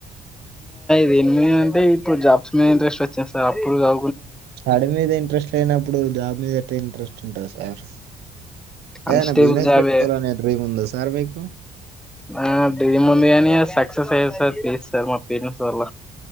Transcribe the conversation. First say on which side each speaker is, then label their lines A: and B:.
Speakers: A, in the centre; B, on the right (about 75°).
A: దేని మీద అంటే ఇప్పుడు జాబ్స్ మీద ఇంట్రెస్ట్ వచ్చింది సార్ అప్పుడు కా
B: స్టడీ మీద ఇంట్రెస్ట్ లేనప్పుడు జాబ్ మీద ఎట్లా ఇంట్రెస్ట్ ఉంటది సార్
A: కానిస్టేబుల్
B: ఏదనా బిజినెస్
A: జాబే
B: పెట్టుకోవాలనే డ్రీమ్ ఉందా సార్ మీకు
A: ఆ డ్రీమ్ ఉంది కానీ సక్సెస్ అయ్యే <unintelligible> మా పేరెంట్స్ వల్ల